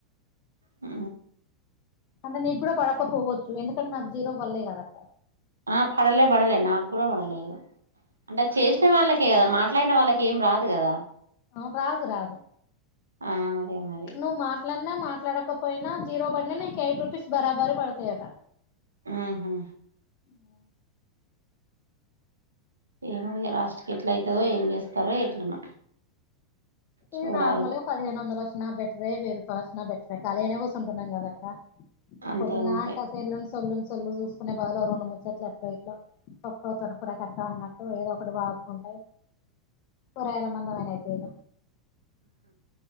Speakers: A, on the right (about 75°); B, on the left (about 40°).
A: ఉ
B: అంటే నీకు కూడా పడకపోవచ్చు, ఎందుకంటే నాకు జీరో పల్లేదుకదా అక్క,
A: ఆ పడలే పడలే నాకు కూడా పడలే అవి అంటే చేసిన వాళ్ళకి కదా మాట్లాడిన వాళ్ళకి ఏం రాదు కదా,
B: అవు రాదు రాదు
A: ఆ అదే మరి
B: నువ్వు మాట్లాడినా మాట మాట్లాడకపోయినా జీరో పడిన నీకు ఎయిట్ రూపీస్ బరాబరి పడతాయట,
A: ఉహు
B: ఇంకా
A: ఏమో ఇగా లాస్ట్ కి ఎట్ల అయితాదో ఏం చేస్తారో ఎట్లనో చూడాలి
B: ది నార్మల్గా
A: ఇక
B: పదిహేను వందలు వ బెటరే వెయ్యిరూపాయలు వచ్చిన బెటరే కాలి గానే కూర్చుటున్నాము, కదా అక్క
A: అంతే
B: పొద్దుందాక
A: అంతే
B: సెల్లును సెల్లును సెల్లును చూసుకునే బదలు ఓ రెండు ముచ్చట్లు అట్లో ఇట్లో తొక్కు తోటకూర కట్టో అనట్టు ఏదో ఒకటి వాగు కుంట కూరగాయలమందమైన అయితాయిగా,